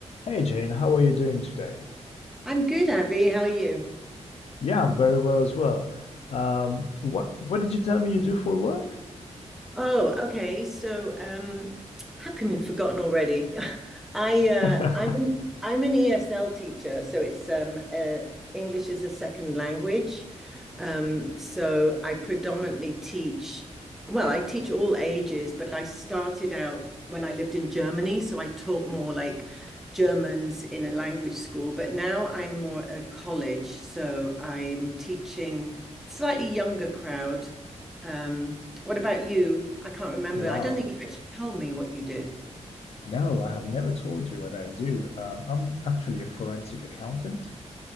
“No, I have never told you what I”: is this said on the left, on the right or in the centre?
Left